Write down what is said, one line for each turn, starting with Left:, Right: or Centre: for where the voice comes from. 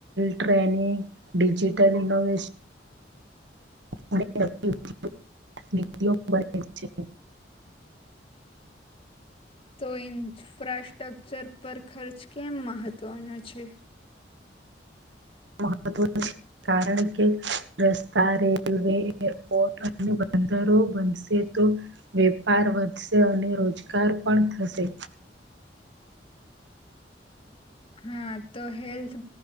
Right: ટ્રેનિગ, ડિજિટલ ઇનોવેશન, <unintelligible> બને છે.
Left: તો ઇન્ફ્રાસ્ટ્રક્ચર પર ખર્ચ કેમ મહત્વનો છે?
Right: મહત્વનું છે, કારણ કે રસ્તા, રેલવે, એરપોર્ટ અંદરો બનશે તો વેપાર વધશે અને રોજગાર પણ થશે.
Left: હા, તો હેલ્થ